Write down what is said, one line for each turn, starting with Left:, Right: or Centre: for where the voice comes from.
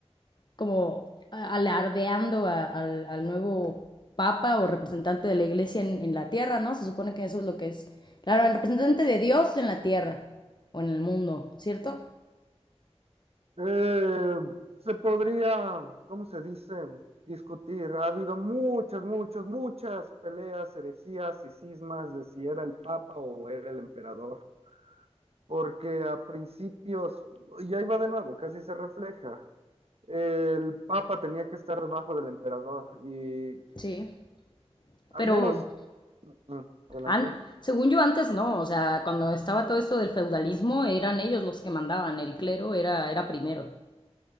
Left: como alardeando a- al, al nuevo papa o representante de la iglesia en, en la tierra, ¿no? Se supone que eso es lo que es. Claro, el representante de Dios en la tierra o en el mundo, ¿cierto?
Right: Eh, se podría, ¿cómo se dice? Discutir. Ha habido muchas, muchas, muchas peleas, herejías y cismas de si era el papa o era el emperador. Porque a principios, y ahí va de nuevo, casi se refleja. El papa tenía que estar debajo del emperador y
Left: Sí.
Right: al
Left: Pero
Right: menos, mm, adelante.
Left: An- según yo antes no, o sea, cuando estaba todo esto del feudalismo eran ellos los que mandaban, el clero era, era primero.